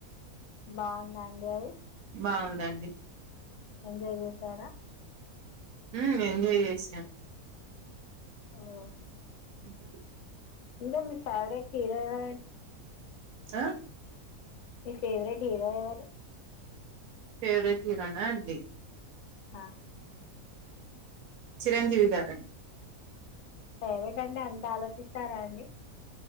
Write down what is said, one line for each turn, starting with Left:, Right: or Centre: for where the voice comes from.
Left: బాగుందా అండి అది
Right: బాగుందండి
Left: ఎంజాయ్ చేసారా
Right: ఉ ఎంజాయ్ చేసాం
Left: ఓహో
Right: అ
Left: ఇంగా మీ ఫేవరెట్ హీరో ఎవరన్
Right: ఆ
Left: మీ ఫేవరెట్ హీరో ఏవరు
Right: పేవరెట్ హీరోనా అండి
Left: ఆ.
Right: చిరంజీవి గారన్
Left: ఫేవేట్ అండి అంత ఆలోచిస్తారా అండి